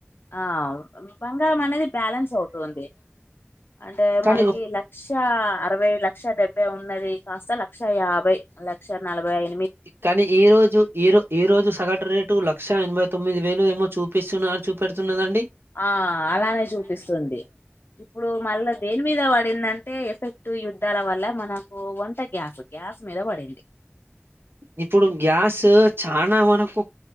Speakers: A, on the left; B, on the right.
A: ఆ బంగారం అనేది బ్యాలెన్స్ అవుతుంది అంటే
B: కానీ
A: మనకి
B: ఒక్-
A: లక్ష అరవై ఇరవై లక్ష డెబ్బై ఉన్నది కాస్త లక్ష యాభై లక్ష నలభై ఐ
B: కానీ ఈ రోజు ఈరో ఈ రోజు సగటు రేటు లక్ లక్ష ఎనభై తొమ్మిది వేలు ఏమో చూపిస్తున్నది చూపెడుతున్నదండి
A: ఆ అలానే చూపిస్తుంది ఇప్పుడు మళ్ళా దేని మీద పడిందంటే ఎఫెక్ట్ యుద్ధాల వల్ల మనకు వంట గ్యాస్ గ్యాస్ మీద పడింది
B: ఇప్పుడు గ్యాస్ చానా మనకు